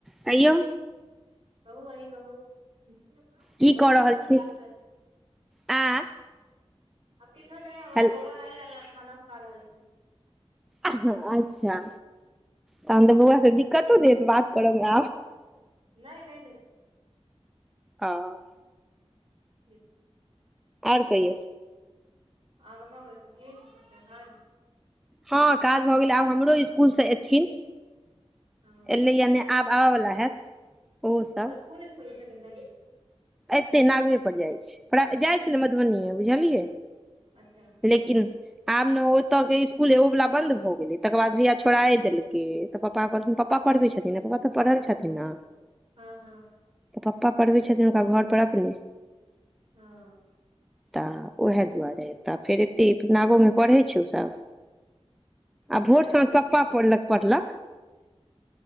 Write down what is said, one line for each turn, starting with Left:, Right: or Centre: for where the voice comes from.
Centre: कइयौ?
Right: कहू, अहिए कहू बौआ,
Centre: की कऽ रहल
Right: सभ कोन
Centre: छी
Right: क्लास
Centre: आँ
Right: हम किछु नहि,
Centre: हेल
Right: बौआके खाना खुआ रहल छी।
Centre: अच्छा तहन तऽ बौआ दिक्कतो देत हेत बात करबमे आब।
Right: नहि नहि नहि
Centre: ह
Right: ही
Centre: ओर कहियौ?
Right: अहाँके भऽ गेल सभ चीज, सभ काज?
Centre: हँ, काज भऽ गेलै। आब हमरो इसकुलसँ एथिन।
Right: हँ
Centre: एलै यऽ नहि, आब आबऽ वाला हेत ओहो सभ।
Right: तऽ कोन स्कूलमे छथिन, भायजी?
Centre: एतेक नजदीकपर जाइ छै, जाइ छल ने मधुबनी, बुझलियै।
Right: अच्छा
Centre: लेकिन आब ने ओतयके स्कूल एगो वाला बन्द भऽ गेलै, तकर बाद भैया छोड़ाए देलकै। तऽ पप्पा कहलखिन, पप्पा पढ़बै छथिन ने? पप्पा तऽ पढ़ल लिखल छथिन ने।
Right: हँ हँ
Centre: तऽ पप्पा पढ़बै छथिन हुनका घरपर अपने।
Right: हँ
Centre: तऽ उएह दुआरे तऽ फेर एते नागो पढ़ै छौ उसभ। आ
Right: अच्छा
Centre: भोर साँझ पढ़ै छौ। पप्पा पढ़ल लिखल छथिन,